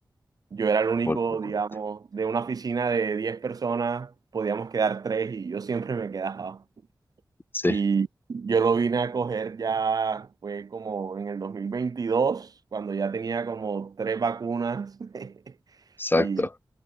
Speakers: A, on the right; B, on the left.
A: yo era el único,
B: afortunadamente.
A: digamos, de una oficina de 10 personas, podíamos quedar tres y yo siempre me quedaba.
B: Sí,
A: Y yo lo vine a coger ya, fue como en el 2022 cuando ya tenía como tres vacunas. <laughs>
B: exacto.
A: Y